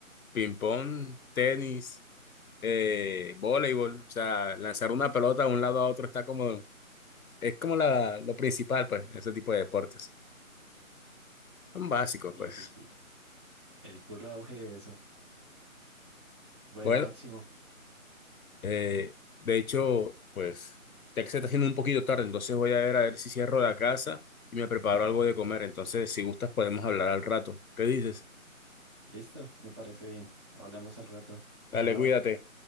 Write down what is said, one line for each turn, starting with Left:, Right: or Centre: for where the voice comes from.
Left: Ping-pong, tenis, eh, voleibol, o sea, lanzar una pelota de un lado a otro está como, es como la, lo principal, pues, en ese tipo de deportes. Son básicos,
Right: Sí,
Left: pues.
Right: sí, sí. El puro auge de eso. Bueno,
Left: Bueno,
Right: Máximo.
Left: eh, de hecho, pues, ya que se está haciendo un poquito tarde, entonces voy a ver a ver si cierro la casa y me preparo algo de comer. Entonces, si gustas, podemos hablar al rato. ¿Qué dices?
Right: Listo, me parece bien. Hablamos al rato.
Left: Dale,
Right: Chao.
Left: cuídate.